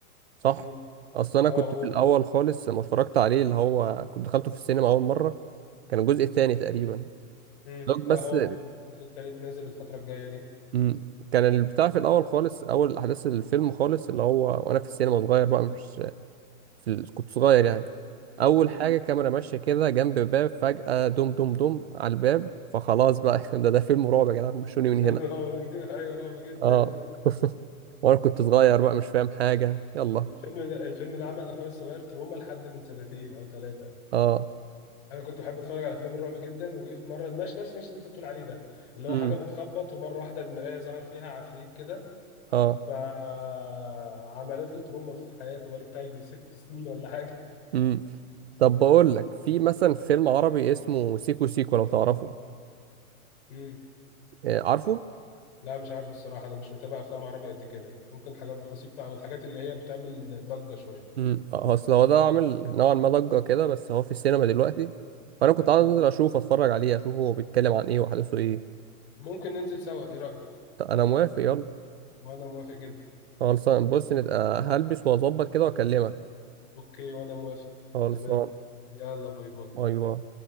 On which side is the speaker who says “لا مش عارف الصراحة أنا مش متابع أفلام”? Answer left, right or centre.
Left